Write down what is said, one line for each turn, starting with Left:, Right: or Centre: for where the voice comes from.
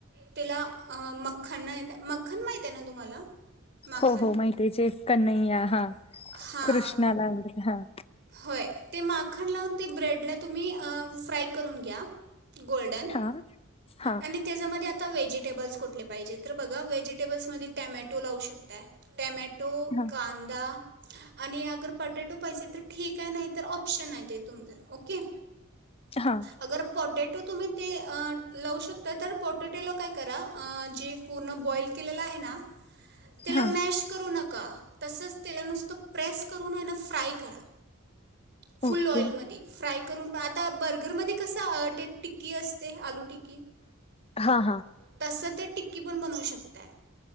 Right: त्याला मन मन माहिित आहे ना तुम्हाला माखन
Left: हो हो माहिचे कनय्या हा
Right: हां
Left: कृष्णाला हा
Right: होय ते माखण लावून ते ब्रेडला तुम्ही फ्राय करून घ्या. गोल्डन
Left: हां, हां,
Right: आणि त्याच्यामध्ये आ. आता व्हेजिटेबल्स कुठले पाहिजे तर बघा व्हेजिटेबल्समध्येध्ये टॅमॅटो लावू शकताय टॅमॅट टो
Left: हां,
Right: कांदा आणि अगर पटॅटो पाहिजे तर. ठीक आहे, नाही तर ऑप्शन हाय ते तुमचं ओके.
Left: हां,
Right: अगर पोटट तुम्ही ते अ लावू शकताय तर पोटेटोला काय करा अ जे पूर्ण बॉईल केलेलं आहे ना. त्याला
Left: हां,
Right: मॅश करू नका का तसच तेला नुसतं प्रेस करून हाय ना फ्राय करा. Full
Left: okay.
Right: ऑइलमध्यी फ्राय करून आता बर्गरमध्ये कस ते टिक्की असते आलू टिक्की
Left: हां, हां,
Right: तस ते टिक्की पण बनवू शकताय.